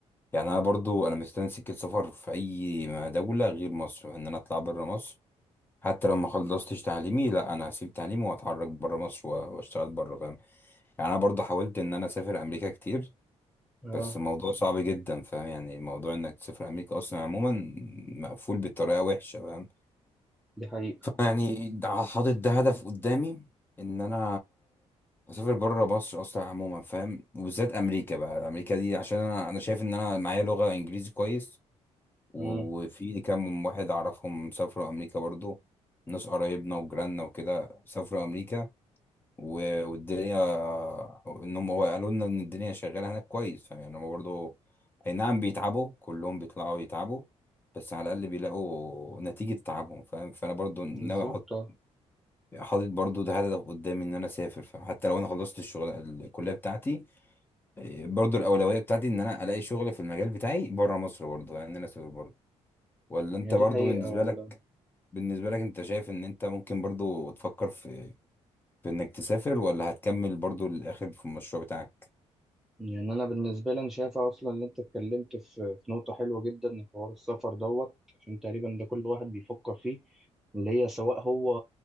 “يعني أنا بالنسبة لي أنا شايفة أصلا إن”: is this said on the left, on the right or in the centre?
Centre